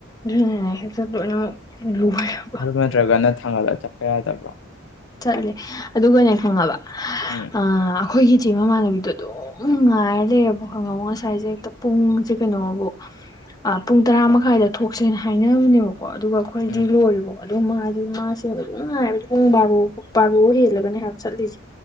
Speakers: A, on the left; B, on the left.
A: ꯑꯗꯨꯅꯅꯦ ꯍꯦꯛꯇ ꯂꯣꯏꯅꯃꯛ ꯂꯣꯏꯔꯕ
B: <unintelligible> ꯅꯠꯇ꯭ꯔꯒꯅ ꯊꯥꯡꯒꯠꯂꯒ ꯆꯠꯄ ꯌꯥꯗꯕ꯭ꯔꯣ
A: ꯆꯠꯂꯦ ꯑꯗꯨꯒꯅꯦ ꯈꯪꯉꯕ
B: ꯎꯝ
A: ꯑ ꯑꯩꯈꯣꯏꯒꯤ ꯏꯆꯦ ꯃꯃꯥꯟꯅꯕꯤꯗꯣ ꯑꯗꯨꯝ ꯑꯗꯨꯝ ꯉꯥꯏꯔ ꯂꯩꯔꯦꯕ ꯈꯪꯉꯕ ꯉꯁꯥꯏꯁꯦ ꯍꯦꯛꯇ ꯄꯨꯡꯁꯦ ꯀꯩꯅꯣꯕꯨ ꯑꯥ ꯄꯨꯡ ꯇꯔꯥ ꯃꯈꯥꯏꯗ ꯊꯣꯛꯁꯦꯅ ꯍꯥꯏꯅꯕꯅꯦꯕꯀꯣ ꯑꯗꯨꯒ ꯑꯩꯈꯣꯏꯗꯤ
B: ꯎꯝ
A: ꯂꯣꯏꯔꯦꯕꯣ ꯑꯗꯨꯒ ꯃꯥꯁꯤ ꯃꯥꯁꯦ ꯑꯗꯨꯝ ꯉꯥꯏꯕꯗꯤ ꯄꯨꯡ ꯕꯥꯔꯣ ꯄꯥꯔꯣ ꯍꯦꯜꯂꯒꯅꯦ ꯍꯥꯏꯕ ꯆꯠꯂꯤꯁꯦ